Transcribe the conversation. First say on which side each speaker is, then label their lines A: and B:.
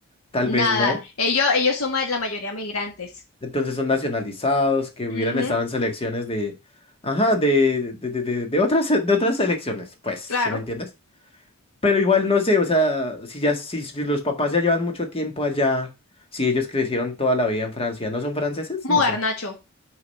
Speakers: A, on the left (about 25°); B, on the left (about 75°).
A: tal
B: nada.
A: vez no.
B: Ellos, ellos son ma- la mayoría migrantes.
A: Entonces son nacionalizados, que hubieran
B: Ujú,
A: estado en selecciones de, ajá, de, de, de, de, de otras, de otras selecciones, pues, ¿sí
B: claro,
A: me entiendes? Pero igual no sé, o sea, si ya, si, si los papás ya llevan mucho tiempo allá, si ellos crecieron toda la vida en Francia, ¿no son franceses?
B: como
A: No
B: Garnacho.
A: sé.